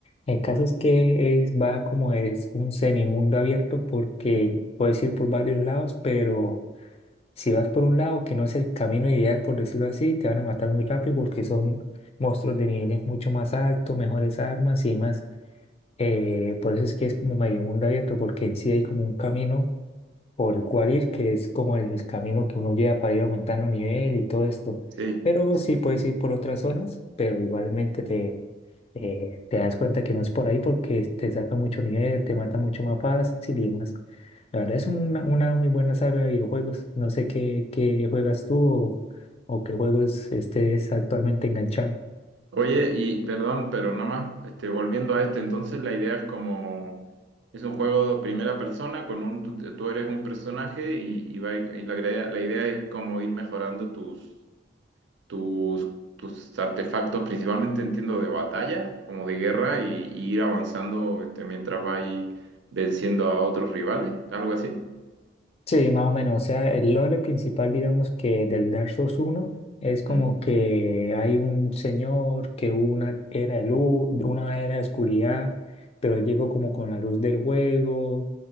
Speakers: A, on the left (about 35°); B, on the right (about 75°).
A: El caso es que es, va como es un semimundo abierto porque puedes ir por varios lados, pero si vas por un lado que no es el camino ideal, por decirlo así, te van a matar muy rápido porque son monstruos de niveles mucho más altos, mejores armas y demás. Eh, por eso es que es como medio mundo abierto, porque en sí hay como un camino por el cual ir, que es como el camino que uno lleva para ir aumentando nivel y todo esto.
B: Sí,
A: Pero
B: sí.
A: sí puedes ir por otras zonas, pero igualmente te, eh, te das cuenta que no es por ahí porque te saca mucho nivel, te mata mucho más fácil y demás. La verdad es una, una muy buena saga de videojuegos. No sé qué, qué juegas tú o, o qué juegos estés actualmente enganchado.
B: Oye, y perdón, pero nada más, este, volviendo a este, entonces la idea es como, es un juego de primera persona con un, tú, tú eres un personaje y, y, va- y la, idea- la idea es como ir mejorando tus tus, tus artefactos, principalmente entiendo de batalla, como de guerra, y, y ir avanzando este, mientras va ahí venciendo a otros rivales, algo así.
A: Sí, más o menos. O sea, el lore principal, digamos que del Dark Souls uno, es como
B: Mm.
A: que hay un señor que hubo una era de luz, una era de oscuridad, pero él llegó como con la luz del juego.